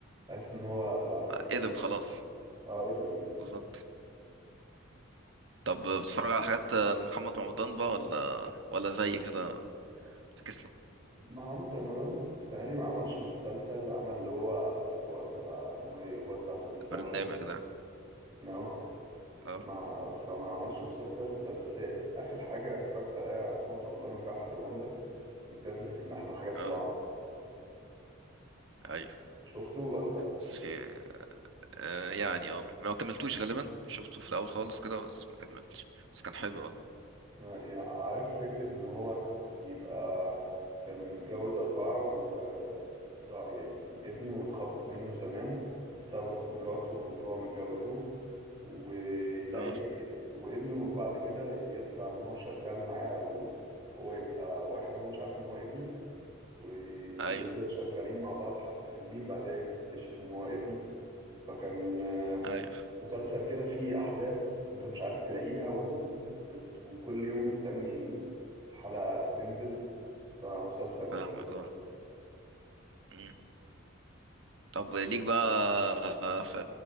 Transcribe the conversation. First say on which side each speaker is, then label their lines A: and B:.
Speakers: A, on the right; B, on the right.
A: بحس ان هو بقى فكسان
B: ادم خلاص
A: اه ايه ده م-
B: بالظبط طب بتتفرج على حاجات محمد رمضان بقى ولا ولا زي كده فكس له
A: محمد رمضان السنه دي ما عملش مسلسل عمل اللي هو الحوار بتاع ان هو يوزع فلوس بقى
B: البرنامج
A: وكده
B: ده
A: نو
B: اه
A: ما فما عملش مسلسل بس اخر حاجه اتفرجت عليها محمد رمضان جعفر العمده وبجد ده كان من احلى الحاجات
B: اه
A: اللي هو عملها
B: ايوه
A: شفته ولا
B: بس في آه يعني اه ما كملتوش غالبا شفته في الاول خالص كده بس ما كملتش بس كان حلو اه
A: أنا يعني عارف فكرة إن هو يبقى كان متجوز أربعة وضاع يعني كان ابنه اتخطف منه زمان بسبب مراته من اللي هو متجوزهم ويلاقي
B: اه
A: وابنه بعد كده يطلع إن هو شغال معاه أو ي- هو يبقى واحد هو مش عارف إن هو ابنه ويفضل
B: ايوه
A: شغالين مع بعض حبة حلوين بعدها يكتشف إن هو ابنه فكان
B: ايوه
A: مسلسل كده فيه أحداث أنت مش عارف تلاقيها و... وبت... وكل يوم مستني ال- الحلقة تنزل فمسلسل كان
B: فاهمك
A: حلو
B: اه مم. طب ليك بقى في